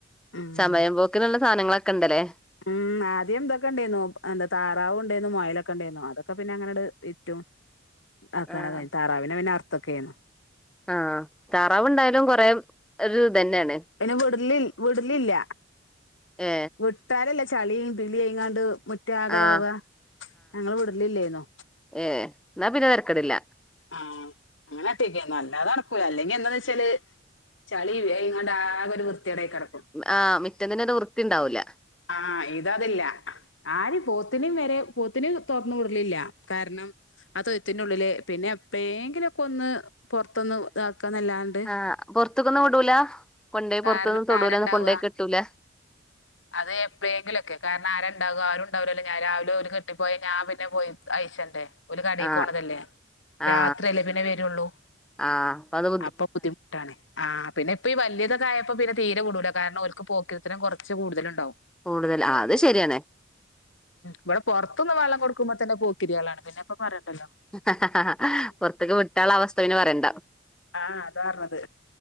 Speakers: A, on the left; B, in the centre.
A: ഉം
B: സമയം പോക്കിനുള്ള സാനങ്ങളക്കെ ഇണ്ടല്ലേ
A: ഉം ആദ്യം ഇതെക്കെ ഉണ്ടേയിന്നു എന്താ താറാവും ഉണ്ടായിരുന്നു മൊയാലക്കെ ഉണ്ടായിരുന്നു അതൊക്കെ പിന്ന അങ്ങനെ അങ്ങട് വിറ്റു ആക്കാനാ
B: ആഹ്
A: താറാവിനെ പിന്ന അർ ത്തൊക്കേരുന്നു
B: ആഹ് താറാവുണ്ടായാലും കൊറേ ഒരു ഇതന്നേണേ
A: അയ്ന വിട്ലിൽ വിടിലില്ല
B: ഏ
A: വിട്ട് തരില്ല ചളീം പിളിയെങ്ങാണ്ട് മുറ്റാഗതാവുക
B: ആഹ്
A: ഞങ്ങള് വിടലില്ലേയിന്നു
B: ഏഹ് ന്നാ പിന്ന തരക്കേടില്ല
A: ആഹ് അങ്ങനെറ്റൊയ്ക്ക് നല്ലാതെ നടക്കൂല്ല അല്ലെങ്കി എന്താന്ന് വെച്ചാല് ചളിയേയും ഏ ഇങ്ങാണ്ടാകെ ഒരു വൃത്തികേടായി കെടക്കും
B: ആഹ് മാറ്റത്തിനു തന്നെ ഒരു വൃത്തിണ്ടാവൂല്ല
A: ആഹ് ഇതതില്ല ആര് പോത്തിനും വരെ പോത്തിന് തൊറന്നു വിടലില്ല കാരണം ആ തൊഴുത്തിന്റുള്ളില് പിന്നെ എപ്പോഴെങ്കിലു ഒക്കെ ഒന്ന് പുറത്തൊന്ന് ഇതാക്കാന്നല്ലാണ്ട്
B: ആഹ് പൊർത്ത്ക്കൊന്നും വിടൂല്ല കൊണ്ടേ
A: കാരണം
B: പൊർത്തുനി
A: ഇവിടെ
B: തൊടീലൊന്നും
A: ആരണ്ടാവുക
B: കൊണ്ടേയ്ക്കെട്ടൂല്ല
A: അത് എപ്പോഴെങ്കിലൊക്കെ കാര ആരുണ്ടാവും ആരു ണ്ടാവലല്ലോ ഞാൻ രാവിലെ ഒരു കെട്ടിപ്പോയി ഞാ പിന്നെ പോയി- ഐശന്റെ ഒരു കടയിക്ക്
B: ആ
A: പോണതല്ലേ
B: ആ
A: രാത്രിയല്ലേ പിന്നെ വരുള്ളൂ
B: ആ അപ്പത്
A: അപ്പൊ ബുദ്ധിമുട്ടാണ് ആ പിന്നെപ്പൊ ഈ വലിയത കായപ്പോ പിന്നെ തീരെ വിടൂല കാരണം ഓൽക്ക് പോക്കിരിത്തരം കുറച്ച് കൂടുതല ണ്ടാവും
B: കൂടുതൽ ആ അത് ശരിയണേ
A: ഇവിടെ പുറത്തുന്ന് വെള്ളം കൊടുക്കുമ്പോ തന്നെ പോക്കിരിയാളാണ് പിന്നെപ്പൊ പറയേണ്ടല്ലോ
B: ഹാ ഹാ ഹാ പുറത്തേക്ക് വിട്ടുള്ള അവസ്ഥ പിന്നെ പറയണ്ട
A: ആഹ് അതാ പറഞ്ഞത്